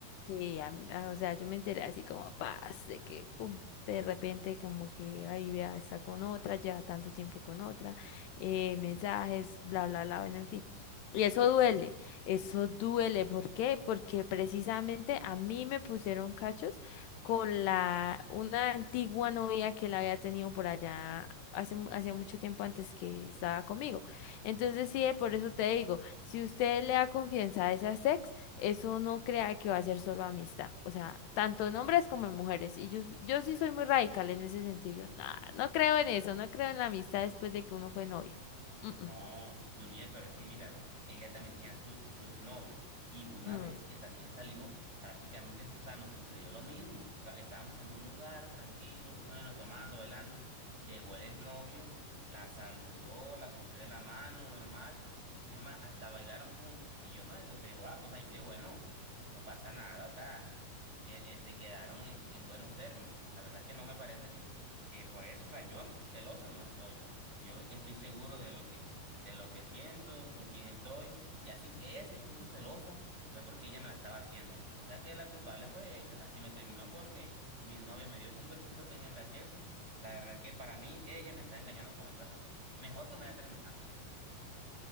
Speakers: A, on the left; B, on the right.
A: Sí, a mí- a- o sea, yo me enteré así como paz, de que pum, de repente como que ahí vea, está con otra, lleva tanto tiempo con otra, eh, mensajes, bla, bla, bla, bueno, en fin. Y eso duele, eso duele. ¿Por qué? Porque precisamente a mí me pusieron cachos con la una antigua novia que la había tenido por allá hace mu- hacía mucho tiempo antes que estaba conmigo. Entonces, sí, por eso te digo, si usted le da confianza a esa ex, eso no crea que va a ser solo amistad, o sea, tanto en hombres como en mujeres. Y yo, yo sí soy muy radical en ese sentido. Yo, nah, no creo en eso, no creo en la amistad después de que uno fue novio. Mm,
B: No,
A: mm.
B: Juliet, pero es que mira, ve, ella también tenía su, su exnovio y una
A: Mm.
B: vez que también salimos, prácticamente, o sea, nos sucedió lo mismo. O sea, estábamos en un lugar tranquilo, bueno, tomando, bailando. Llegó el exnovio, la saludó, la cogió de la mano, normal. Es más, hasta bailaron juntos. Y yo no me puse guapo, o sea, yo dije, bueno, no pasa nada, o sea, que este, quedaron en, en buenos términos. La verdad es que no me parece que, que por eso, o sea, yo celoso no soy. Yo estoy seguro de lo que de lo que siento, con quién estoy. Y así ella se puso celosa, fue porque ella me la estaba haciendo. O sea que la culpable fue ella. Así me terminó porque mi novia me dio un besito en el cachete. La verdad es que para mí ella me está engañando con otra persona. Mejor que me haya terminado.